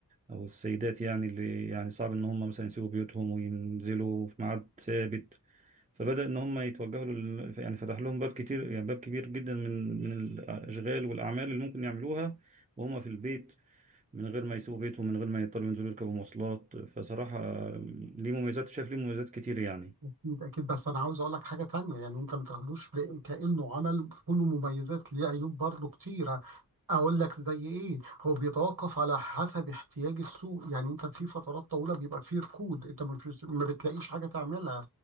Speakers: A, on the right; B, on the right.
A: أو السيدات يعني اللي يعني صعب إن هم مثلا يسيبوا بيوتهم وينزلوا في ميعاد ثابت فبدأ إن هم يتوجهوا لل... يعني فتح لهم باب كتير يعني باب كبير جدا من من الأشغال والأعمال اللي ممكن يعملوها وهم في البيت من غير ما يسيبوا بيتهم من غير ما يضطروا ينزلوا يركبوا مواصلات فصراحة آه، ليه مميزات شايف ليه مميزات كتير يعني
B: اكيد اكيد بس انا عاوز اقول لك حاجه تانية يعني انت ما تاخدوش ب- كانه عمل كله مميزات ليه عيوب برضه كتيره اقول لك زي ايه هو بيتوقف على حسب احتياج السوق يعني انت في فترات طويله بيبقى فيه ركود انت مش ما بتلاقيش حاجه تعملها